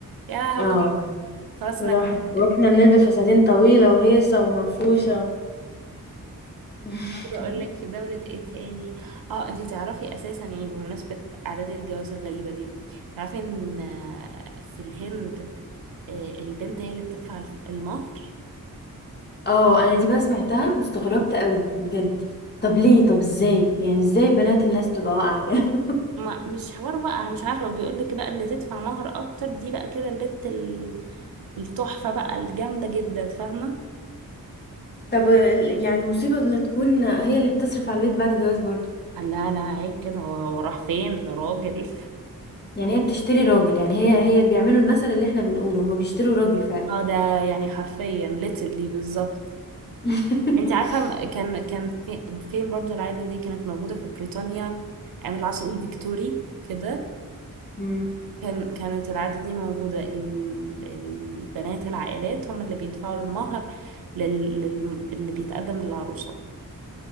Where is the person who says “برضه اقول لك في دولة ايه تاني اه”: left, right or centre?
Right